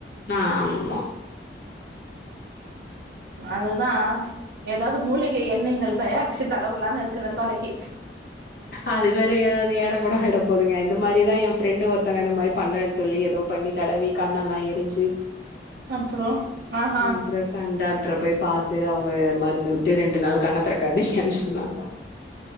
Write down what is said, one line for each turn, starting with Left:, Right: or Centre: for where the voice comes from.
Left: ஆமா
Right: அதுதா ஏதாது மூலிகை எண்ணைங்கள் தயாரிச்சி தடவுலானுருக்கிறே தலைக்கி
Left: அது வேற ஏதாது ஏடா கூட ஆய்ட போதுங்க இந்த மாதிரிதா ஏ ஃபிரெண்டு ஒருத்தங்க இந்த மாரி பண்றேன்னு சொல்லி ஏதோ பண்ணி தடவி கண்ணெல்லா எரிஞ்சி
Right: அப்றோ ஆஹா
Left: அப்றோ கண் டாக்டர போய் பாத்து அவுங்க மருந்து வுட்டு ரெண்டு நாள் கண்ண தெறக்காதிங்கன்னு சொன்னாங்ளா